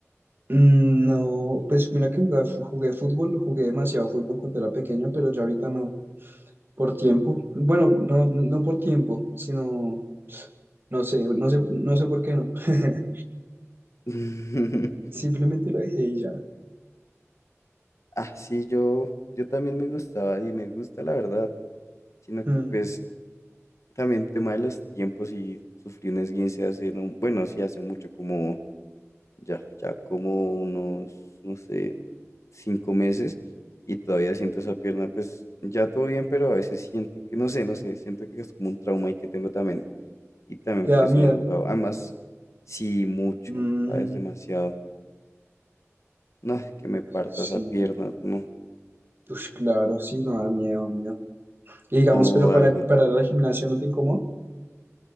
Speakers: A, on the right (about 45°); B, on the left (about 70°).
A: Mm, No, pues mira que jugué, fu- jugué fútbol, jugué demasiado fútbol cuando era pequeño, pero ya ahorita no, por tiempo. Bueno, no, no por tiempo, sino, no sé, no sé, no sé por qué no. <laughs>
B: <laughs>
A: Simplemente lo dejé y ya.
B: Ah, sí, yo, yo también me gustaba y me gusta la verdad, sino
A: Mm,
B: que pues también tema de los tiempos y sufrí un esguince hace, no, bueno, sí hace mucho como, ya, ya como unos, no sé, cinco meses y todavía siento esa pierna, pues ya todo bien, pero a veces siento que, no sé, no sé, siento que es como un trauma y que tengo también. Y también
A: Te
B: por
A: da
B: eso
A: miedo.
B: no he jugado. Además, sí, mucho,
A: Mm,
B: ¿sabes? Demasiado. No, que me parta
A: sí,
B: esa pierna, no.
A: pues claro, sí, no da miedo, miedo. Y digamos,
B: O
A: pero para,
B: algún...
A: para ir al gimnasio no te incomoda.